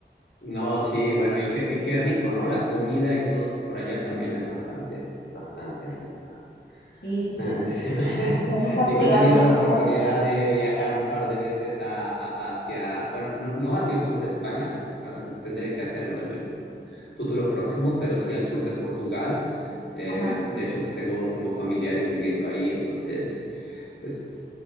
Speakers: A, on the left; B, on the left.
A: No, sí, bueno, y qué, y qué rico, ¿no? La comida y todo por allá también es bastante, bastante rica.
B: Sí, sí, sí.
A: Ah, sí, <laughs>
B: Nos gusta
A: Digo,
B: cuidarnos,
A: he tenido la
B: nos
A: oportunidad
B: gusta cuidarnos.
A: de viajar un par de veces a- a- hacia, bueno, no, no hacia el sur de España, ah, tendré que hacerlo en el futuro próximo, pero sí al sur de Portugal. Eh,
B: Ajá,
A: de hecho, pues tengo, tengo familiares viviendo ahí, entonces, pues